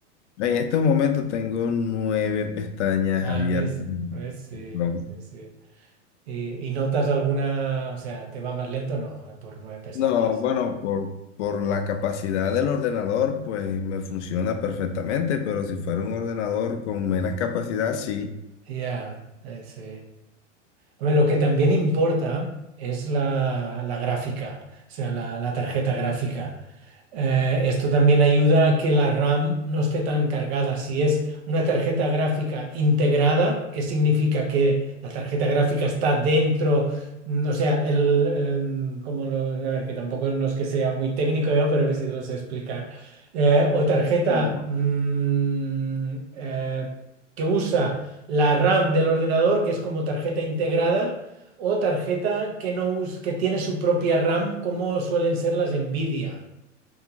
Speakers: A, on the left; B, on the right.
A: En estos momentos tengo nueve pestañas
B: Ah,
A: abiertas.
B: ¿ves?
A: en
B: ¿Ves? Sí,
A: Chrome.
B: sí, sí. ¿Y, y notas alguna, o sea, te va más lento? No, por nueve pestañas.
A: No, bueno,
B: no.
A: por, por la capacidad del ordenador, pues me funciona perfectamente, pero si fuera un ordenador con menos capacidad, sí.
B: Ya, eh, sí. Hombre, lo que también importa es la, la gráfica, o sea, la, la tarjeta gráfica. Eh, esto también ayuda a que la RAM no esté tan cargada. Si es una tarjeta gráfica integrada, que significa que la tarjeta gráfica está dentro, mm, o sea, el, em, como lo- a ver, que tampoco no es que sea muy técnico, ¿eh? pero a ver si lo sé explicar. Eh, o tarjeta
A: Sí.
B: mm, eh, que usa la RAM del ordenador, que es como tarjeta integrada, o tarjeta que no us- que tiene su propia RAM, como suelen ser las Nvidia.